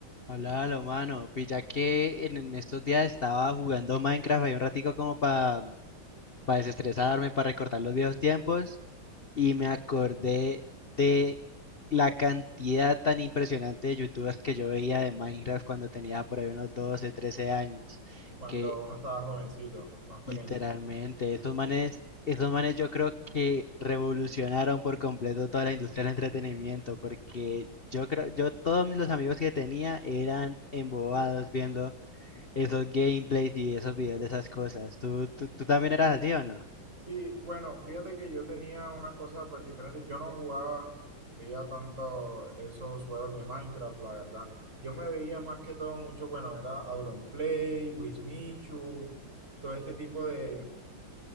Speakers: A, on the left (about 35°); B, on the right (about 35°).
A: Hola, lo mano. Pilla que en, en estos días estaba jugando Minecraft ahí un ratico como para desestresarme, para recortar los viejos tiempos y me acordé de la cantidad tan impresionante de youtubers que yo veía de Minecraft cuando tenía por ahí unos 12, 13 años,
B: Cuando
A: que
B: uno estaba jovencito, más pequeño.
A: literalmente esos manes, esos manes yo creo que revolucionaron por completo toda la industria del entretenimiento, porque yo creo, yo todos los amigos que tenía eran embobados viendo esos gameplays y esos videos de esas cosas. ¿Tú, tú, tú también eras así o no?
B: Sí, bueno, fíjate que yo tenía una cosa pues diferente. Yo no jugaba, veía tanto esos juegos de Minecraft, la verdad. Yo me veía más que todo mucho, bueno, era Auronplay, Wismichu, todo este tipo de,